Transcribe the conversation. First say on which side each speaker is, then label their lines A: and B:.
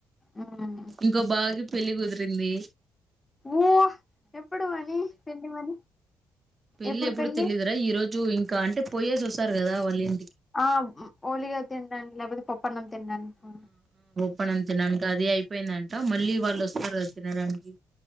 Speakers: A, on the left; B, on the right.
A: మ్మ్
B: ఇంకో బావకి పెళ్లికుదిరింది
A: ఊహ్ ఎప్పుడు వాని పెళ్లి మరి
B: పెళ్లిఎప్పుడు
A: ఎప్పుడు పెళ్లి
B: తెలీయదురా ఈ రోజు ఇంకా అంటే పోయేసి ఓస్తారు కదా వాళ్ళిం
A: ఆ ఓలిగా తింటానికి లేపోతే పప్పనం తిడానుకో
B: ప్పనం తినడానికి అది అయిపోయిందంట మళ్ళీ వాళ్ళు ఓస్తారు కద తినడానికి